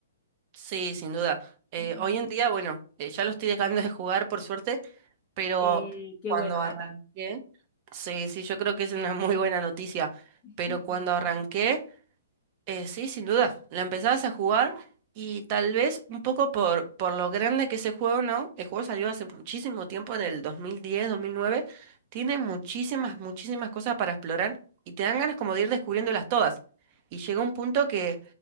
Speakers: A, on the right; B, on the left.
A: Sí, sin duda. Eh,
B: Ujú.
A: hoy en día, bueno, eh, ya lo estoy dejando de jugar por suerte, pero
B: Eh, qué
A: cuando
B: bueno,
A: arranqué,
B: Nathan.
A: sí, sí, yo creo que es una muy buena noticia,
B: <laughs>
A: pero
B: Ujú.
A: cuando arranqué... Eh, sí, sin duda. La empezabas a jugar y tal vez un poco por, por lo grande que es el juego, ¿no? El juego salió hace muchísimo tiempo, en el 2010, 2009. Tiene muchísimas, muchísimas cosas para explorar y te dan ganas como de ir descubriéndolas todas. Y llega un punto que,